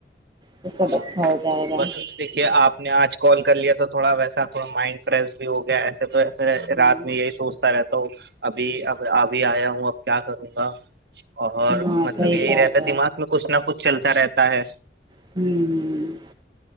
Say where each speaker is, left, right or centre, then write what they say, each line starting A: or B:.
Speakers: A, on the right; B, on the right.
A: تو سب اچھا
B: ہاں
A: ہو جائے گا
B: بس اس دیکھیے آپ آ نے آج کال کر لیا تو تھوڑا ویسا تھوا مائنڈ فریش بھی ہو گیا ایسا تو ایسے
A: ہاں
B: رات میں یہی سوچتا رہتا ہ ابھی اب ابھی آیا ہوں اب کیا کروں گا اور
A: ہاں
B: مطلب
A: صحیح
B: یہی
A: بات
B: رہتا ہے دماغ میں کچھ نہ کچھ چلتا رہتا ہے
A: ہوں جی